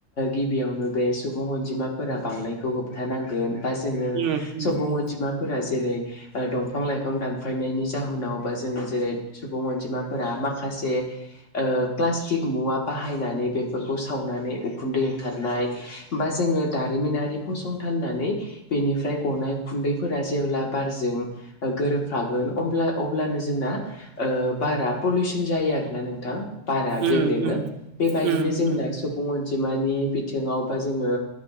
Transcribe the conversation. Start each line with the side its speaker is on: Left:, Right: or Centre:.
Left: गिबियावनो बे सुबुं अनजिमाफोरा बांनायखौ होबथानांगोन बा जोङो
Right: उम उम
Left: सुबुं
Right: उम
Left: अनजिमाफोरा जेरै ओ दंफां लाइफां दानफायनायनि जाहोनाव बा जोङो जेरै सुबुं अनजिमाफोरा माखासे ओ प्लास्टिक मुवा बाहायनानै बेफोरखौ सावनानै उखुन्दै ओंखारनाय बा जोङो दारिमिनारि फसंथाननानै बेनिफ्रा फ्राय गनाय खुन्दैफोरा जेब्ला बारजों गोरोबफागोन अब्ला अब्लानो जोंना ओ बारा पलिउसन जायो आरोना नोंथां। बारा
Right: उम
Left: गेब्रेङो
Right: उम
Left: बेबायदिनो
Right: उम
Left: जोंना
Right: उम
Left: सु बुं अनजिमानि बिथिङाव बा जोङो